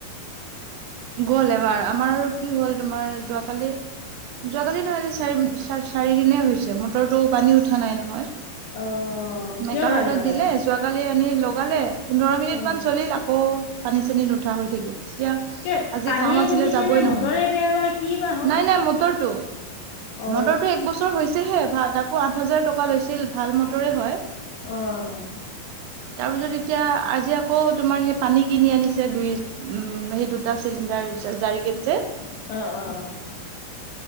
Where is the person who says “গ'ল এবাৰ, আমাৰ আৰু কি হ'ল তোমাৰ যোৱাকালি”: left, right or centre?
Right